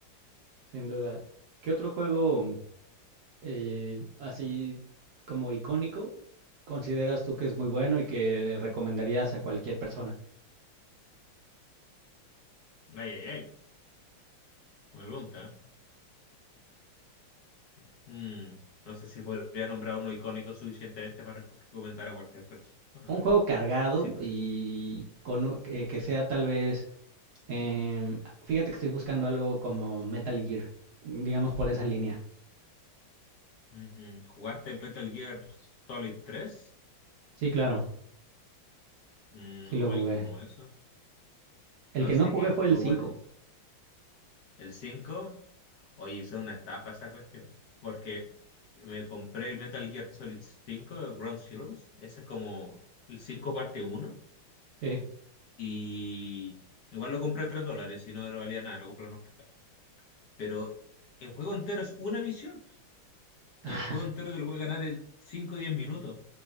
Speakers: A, on the right; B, on the left.
A: sin duda. ¿Qué otro juego eh, así como icónico, consideras tú que es muy bueno y que recomendarías a cualquier persona?
B: Ay, ay, ay. Buena pregunta. ¿eh? Mm, no sé si podría nombrar uno icónico suficientemente para reco- recomendar a cualquier persona,
A: Un
B: pero
A: juego cargado
B: si
A: y con, u- que, que sea tal vez, em, fíjate que estoy buscando algo como Metal Gear, digamos por esa línea.
B: mm, jugaste Metal Gear Solid tres
A: Sí, claro,
B: mm,
A: sí lo
B: hoy
A: jugué.
B: como eso,
A: El
B: no
A: que
B: sé
A: no jugué
B: qué
A: fue
B: juego
A: el 5.
B: era el cinco oye, eso es una estafa esa cuestión, porque me compré el Metal Gear Solid cinco Ground Zeroes, ese es como el 5 parte uno
A: sí.
B: y igual lo compré a 3 dólares, si no, no valía nada, lo compré en oferta, pero el juego entero es una misión.
A: <laughs>
B: El juego entero te lo puede ganar en 5 o 10 minutos.